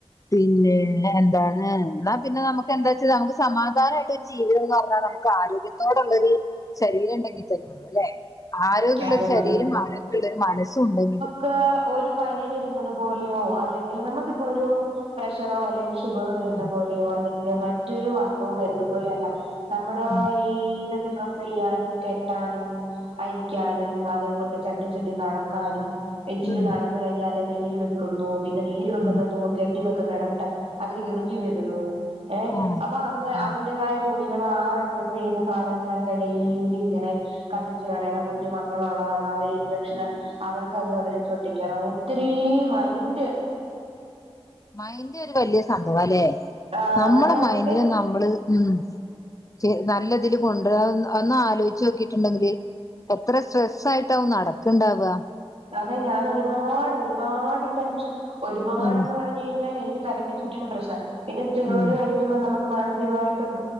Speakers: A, on the left (about 35°); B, on the right (about 70°).
A: പിന്നെ എന്താണ് ന്നാ? പിന്നെ നമുക്കെന്താ ച്ചാ നമുക്ക് സമാധാനായിട്ട് ഒരു ജീവിതം ന്ന് പർഞ്ഞാൽ നമുക്ക് ആരോഗ്യം ത്തോടെണ്ടെങ്കി ശരീരം ണ്ടെങ്കി തന്നെ ഉള്ളു ല്ലെ? ആരോഗ്യള്ള
B: അതെ
A: ഒരു ശരീരം ആരോഗ്യള്ള ഒരു മനസ്സും ണ്ടെങ്കില്
B: ക്ക ഒരു പനി വരുന്നത് പോലെയോ അല്ലെങ്കില് നമുക്കിപ്പോ ഒരു പ്രഷറോ അല്ലെങ്കി ഷുഗറോ വരുന്ന
A: ഉം
B: പോലെയോ അല്ലെങ്കില് മറ്റൊരു അസുഖം വരുന്ന പോലെയോ അല്ല നമ്മള്
A: ഉം
B: ഈ ഇതൊക്കെ ഡ്രസ്സ് യ്യാനും കെട്ടാനും അഴി ക്കാനും അതുകൊണ്ട് ചട്ടിച്ചട്ടി നടക്കാനും ഇച്ചിരി
A: ഉം ഉം
B: നടന്ന് കഴിഞ്ഞാല് നീര് വെ ക്കുന്നു പിന്നെ നീര് വെക്ക്ന്നതും
A: ഉം
B: കെട്ടി വെക്ക്ന്ന ടംട്ട അത്റ്കി വരുന്നു. ഏഹ്
A: ഉം ആഹ്
B: അപ്പ അങ്ങ് അതിന്റേതായ
A: ആഹ്
B: തു നിങ്ങള് ആ ഡ്രസെയ്യുന്ന സാധനങ്ങളൊക്കെ ഡെയിലി ഇങ്ങനെ കത്തിച്കളയണം. കുഞ്ഞ് മക്കളുള്ളതാണ് അവര് ഇൻഫെക്ഷന് അവർക്കത് അവരെ ശ്രദ്ധിക്കണം ഒത്തിരീ മൈൻഡ്
A: മൈന്റ് ഒരു വല്യ സംഭവാലേ
B: ആഹ്
A: നമ്മളെ
B: നമ്മളതൊക്കെ
A: മൈന്റിനെ നമ്മള് ഉം ച്ച് നല്ലതില് കൊണ്ടരാൻ ഒന്ന് ആലോയിച്ചോ ക്കിട്ടുണ്ടെങ്കില് എത്ര സ്ട്രെസ്സ് ആയിട്ടാവ നടക്ക്ണ്ടാവ.
B: അതെ ഞാൻ ഒരുപാട് ഒരുപാട് ടെൻഷൻ ഒരുപാട്ന്ന്
A: ഉം
B: പ ഞ്ഞ് കഴിഞ്ഞാൽ എനിക്ക് തലക്ക് ചുറ്റിലും പ്രശ്ന. പിന്നെ സ്റ്റിറോയിഡ്
A: ഉം
B: കഴിക്കുമ്പോ നമുക്ക് മാനസികമായിട്ടും